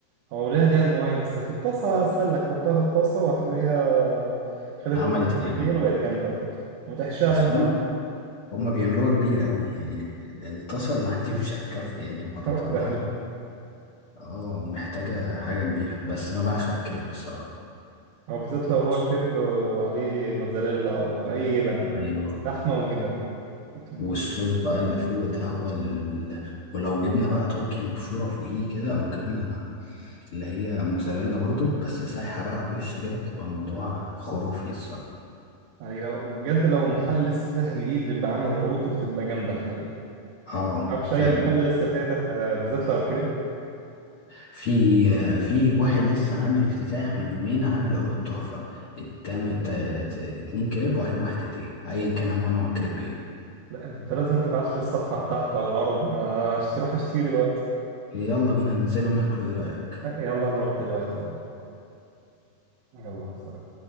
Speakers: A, on the right; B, on the left.
A: هو ليها جهاز معين بس في الطاسة أسهل لك حطها في الطاسة وهتلاقيها خدت
B: عملت
A: من ناحيتين
B: العجينة
A: وبقت جامدة برضه وتحشيها
B: بس
A: اللي أنت
B: هما
A: عايزه
B: هما بيعملوها كبيرة قوي يعني ال- ال- الطاسة اللي عندي <laughs> مش هتكفي يعني هما
A: <laughs>
B: بيطلعوا
A: فعلا
B: اه محتاجة حاجة كبيرة بس أنا بعشق الكريب الصراحة
A: أو بالذات لو
B: بص.
A: هو كريب وعليه موتزاريلا أو أي جبن
B: أيوه
A: لحمة وجبن بتبقى-
B: والصوص بقى اللي فوق ده هو ال... ولو جبنا بقى تركي مبشورة فوقيه كده أو جبنا اللي هي موتزاريلا برضو بس سايحة بقى على الوش كده بتبقى الموضوع خرافي الصراحة
A: هي بجد لو محل لسه فاتح جديد بيبقى عامل عروض بتبقى جامدة الحقيقة
B: اه
A: معرفش
B: فعلا
A: أي محل لسه فاتح آه، بالذات لو كريب
B: في في واحد لسه عامل افتتاح من يومين عامل عروض تحفة التام... ت... ت... اتنين كريب وعليهم واحد هدية أيا كان هو نوع الكريب ايه
A: لا أنت أنت لازم تبعت لي الصفحة بتاعته أو العرض أنا هشتري- أروح أشتري دلوقتي
B: يلا بينا ننزله وناكله ايه رأيك؟
A: يلا نروح دلوقتي والله يلا سلام